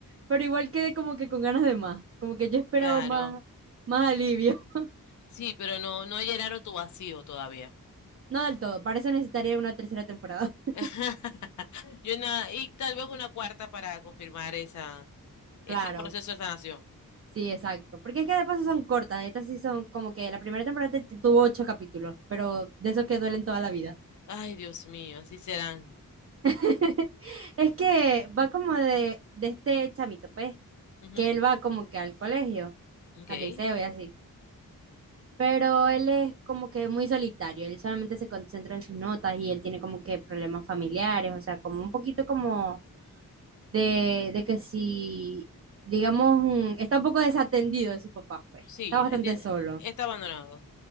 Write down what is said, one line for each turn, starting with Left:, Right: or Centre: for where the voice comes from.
Right: pero igual quedé como que con ganas de más, como que yo esperaba
Left: Claro,
Right: más, más alivio. <laughs>
Left: sí, pero no, no llenaron tu vacío todavía.
Right: No del todo, para eso necesitaría una tercera temporada. <laughs>
Left: <laughs> Y una, y tal vez una cuarta para confirmar esa,
Right: Claro,
Left: ese proceso de sanación.
Right: sí, exacto. Porque es que de paso son cortas, estas sí son como que la primera temporada te- te tuvo ocho capítulos, pero de esos que duelen toda la vida.
Left: Ay, Dios mío, así serán.
Right: <laughs> Es que va como de, de este chamito, pues,
Left: Ujú,
Right: que él va como que al colegio,
Left: Ok.
Right: al liceo y así. Pero él es como que muy solitario, él solamente se concentra en sus notas y él tiene como que problemas familiares, o sea, como un poquito como de, de que si, digamos, mm, está un poco desatendido de su papá, pues,
Left: Sí,
Right: está bastante
Left: ahí tiene-
Right: solo.
Left: está abandonado.